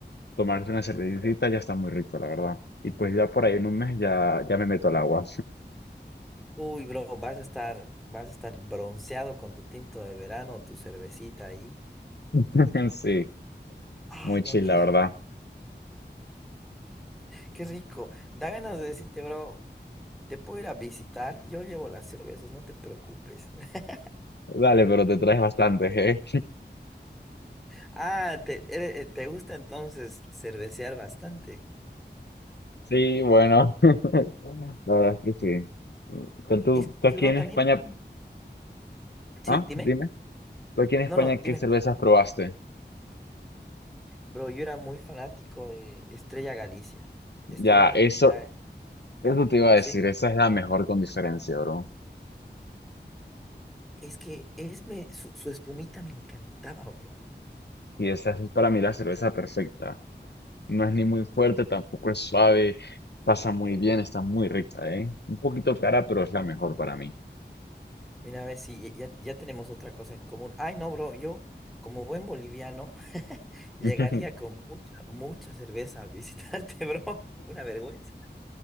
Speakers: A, on the left; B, in the centre.
A: tomarse una cervecita, ya está muy rico, la verdad. Y pues ya por ahí en un mes ya, ya me meto al agua.
B: Uy, bro, vas a estar, vas a estar bronceado con tu tinto de verano, tu cervecita ahí.
A: <laughs> Sí.
B: Ay,
A: Muy
B: no,
A: chill,
B: qué
A: la
B: rico,
A: verdad.
B: qué rico. Da ganas de decirte, bro, te puedo ir a visitar, yo llevo las cervezas, no te preocupes. <laughs>
A: Dale, pero te traes bastante, ¿eh?
B: Ah, te, eh, te gusta entonces cervecear bastante.
A: Sí, bueno, <laughs> la verdad es que sí. Pero tú,
B: Es
A: tú
B: que,
A: aquí
B: bro,
A: en
B: también,
A: España,
B: sí,
A: ah,
B: dime.
A: dime, tú aquí en España,
B: No, no, dime
A: ¿qué cervezas
B: tú.
A: probaste?
B: Bro, yo era muy fanático de Estrella Galicia. Estrella
A: Ya,
B: Galicia,
A: eso, eso te iba a
B: ¿sí?
A: decir, esa es la mejor con diferencia, bro.
B: Es que es me, su, su espumita me encantaba, bro.
A: Y esa es para mí la cerveza perfecta. No es ni muy fuerte, tampoco es suave, pasa muy bien, está muy rica, ¿eh? Un poquito cara, pero es la mejor para mí.
B: Mira, a ver si ya, ya tenemos otra cosa en común. Ay, no, bro, yo como buen boliviano <laughs> llegaría
A: <laughs>
B: con mucha, mucha cerveza a visitarte, <laughs> bro. Una vergüenza.